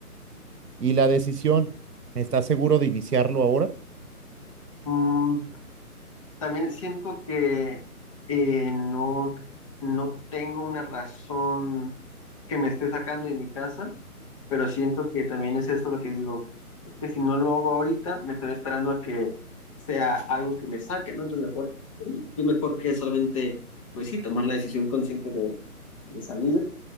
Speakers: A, on the right; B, on the left.
A: Y la decisión, ¿estás seguro de iniciarlo ahora?
B: Mm, También siento que eh, no, no tengo una razón que me esté sacando de mi casa, pero siento que también es eso lo que digo, es que si no lo hago ahorita, me estaré esperando a que sea algo que me saque, ¿no? Entonces mejor, qué mejor que solamente, pues sí, tomar la decisión consciente de, de salir